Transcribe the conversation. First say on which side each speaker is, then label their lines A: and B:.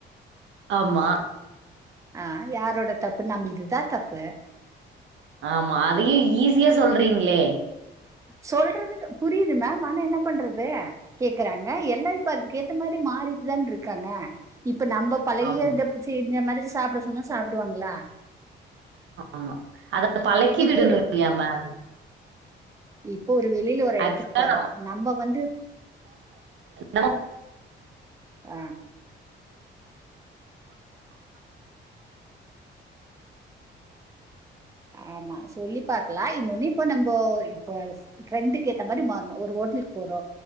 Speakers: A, on the right; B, on the right.
A: ஆம்மா
B: அ யாரோட தப்பு நம்புல்துதா தப்பு
A: ஆமா அதையே ஈஸியா சொல்றீங்ளே
B: சொல்றதுனு புரியுது மேம் ஆனா என்ன பண்றது கேக்கறாங்க எல்லால் ப்ப அதுக்கேத்த மாரி மாறிட்டுதான் ருக்காங்க ப்ப நம்ப பழைய
A: ஆமா
B: இதப்ஸசெஞ்ச மாதிரி சாப்ட சொன்னா சாப்டுவாங்களா
A: ஆமா அத பழக்கிவிடுங்க
B: இப்போ ஒரு
A: <inaudible> மேம்
B: இப்போ ஒரு வெளில ஒரு எடத்துக்கு
A: ஆக்சுவலா
B: போறோ நம்ப வந்து
A: நம்ம
B: அ ஆமா சொல்லி பாக்கலா இன்னொன்னு இப்ப நம்போ இப்பஸ் ட்ரெண்டுக்கு ஏத்த மாரி மாறுனு ஒரு ஓட்டலுக்கு போறோ